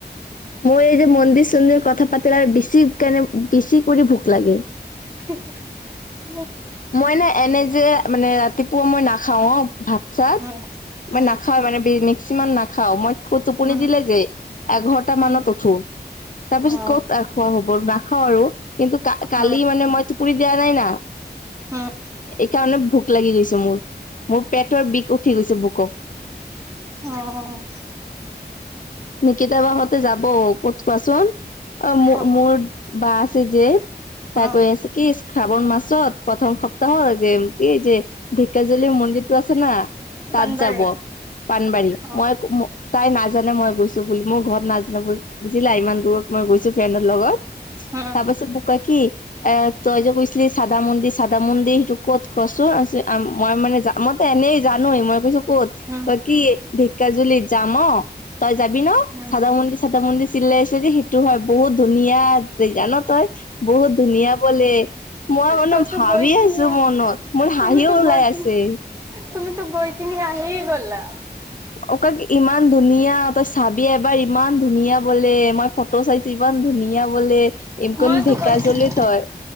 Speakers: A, on the left (about 50°); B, on the right (about 15°).
A: মোৰ এই যে মন্দিৰ-চন্দিৰ কথা পাতিলে আৰু বেছিকেনে বেছি কৰি ভোক লাগে।
B: হে হে
A: মই এনে এনে যে মানে ৰাতিপুৱা মই নাখাও ভাত-চাত
B: উম
A: মই
B: উম
A: নাখাওঁ মানে বিৰ্নি চিমান নাখাওঁ, মই টোপনি
B: উম
A: দিলে যে এঘটা মানত
B: উম
A: উঠো। তাৰপিছত
B: অ
A: ক'ত আৰু খোৱা হ'ব নাখাওঁ আৰু কিন্তু কা কালি
B: অ
A: মানে মই টোপনি দিয়া নাই না
B: উম
A: এইকাৰণে ভোক লাগি গৈছে মোৰ। মোৰ পেটৰ বিষ উঠি গৈছে বুক'।
B: অ
A: নিকিতা বাহতে যাব ক'ত কোৱাচোন? অ মোৰ
B: ক'ত
A: মোৰ বা আছে যে তাই
B: অ
A: কৈ আছে কি শ্ৰাৱণ মাছত প্ৰথম সপ তাহ যেম এই যে ঢেকীয়াজুলি মন্দিৰটো আছে ন, তাত
B: পানবাৰী
A: যাব। পানবাৰী
B: অ
A: মই তাই নাজানে মই গৈছোঁ মোৰ ঘৰত নাজাব বুজিলা ইমান দূুৰৰত মই গৈছোঁ ফ্ৰেণ্ডৰ লগত
B: উম
A: তাৰ পাছত মোক কই কি এ তই যে কৈছিলি চাদা মন্দি চাদা মন্দিৰ সিটো ক'ত কছো আছে, মই মানে মই তো এনেই জানোয়ে মই কৈছো ক'ত
B: উম
A: ক কি ঢেকিয়াজুলি যাম অ তই যাবি ন,
B: উম
A: চাদ মন্দিৰ চাদ মন্দিৰ চিলাই আছ' যে সেইটো হয়। বহুত ধুনীয়া জেগা ন তই বহুত ধুনীয়া বলে, মই বোলো
B: তইতো
A: ভাবি
B: গৈ কিনে
A: আছোঁ মনত মোৰ হাঁহি
B: তুমিতো
A: ওলাই
B: গৈ কিনে
A: আছে।
B: তুমিতো গৈকিনি আহি গ'লা
A: অ'ক ইমান ধুনীয়া তই চাবি এবাৰ ইমান ধুনীয়া বলে, মই ফটো চাইছোঁ ইমান ধুনী নীয়া বোলি, ইনকম
B: মইতো
A: ঢেকীয়াজুলিত
B: গৈছিলো
A: হয়।